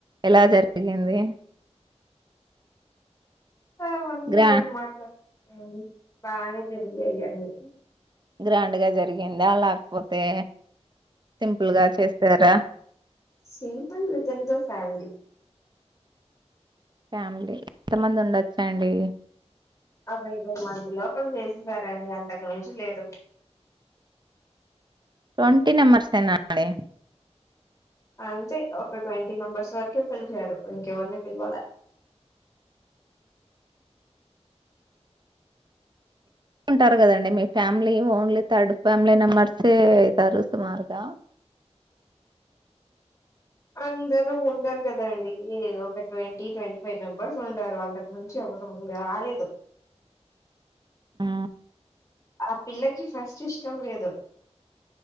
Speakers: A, on the right; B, on the left.
A: ఎలా జరిగింది
B: అవన్నీ
A: గ్రా
B: ఏం మాట్లాడుతావులేండి బానే జరిగింది అండి
A: గ్రాండ్ గా జరిగిందా లేకపోతే సింపుల్‌గా చేసారా?
B: Simple with in the family
A: family ఎంత మంది ఉండొచ్చు అండి
B: ఒక ఇరవై మంది లోపల చేస్తారండి అంతకు మించి లేదు
A: ట్వంటీ మెంబర్స్ ఏనా అండి
B: అంతే ఒక ట్వంటీ మెంబర్స్ వరకే పిలిచారు ఇంకెవరిని పిలవలే
A: ఉంటారు కదండి మీ family only third family members ఏ అయితారు సుమారుగా
B: అందరు ఉండరు కదాండి ఒక ట్వంటీ ట్వంటీ ఫైవ్ మెంబర్స్ ఉంటారు అంతకుమించి ఇంగా రెండు కాలేదు
A: ఆ
B: ఆ పిల్లకి ఫస్ట్ ఇష్టం లేదు